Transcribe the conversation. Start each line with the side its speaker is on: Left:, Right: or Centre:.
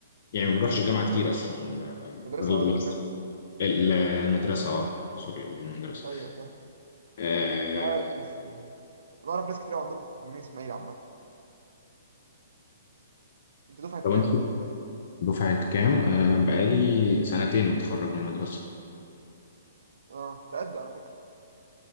Left: يعني ما بنروحش الجامعة كتير اصلا آه،
Right: مدرسه
Left: اغلب
Right: قصدك
Left: الوقت
Right: ها
Left: ال- المدرسة اه سوري قصدي المدرسة
Right: ايوه
Left: آه،
Right: مش عارف بس يعني. انا اعرف ناس كتير أوي عندكم في المنيا اسماعيل عامه انت دفعه كام
Left: طب انت دفعة كام؟ آه، بقالي سنتين متخرج من المدرسة
Right: اه تأدي على فكره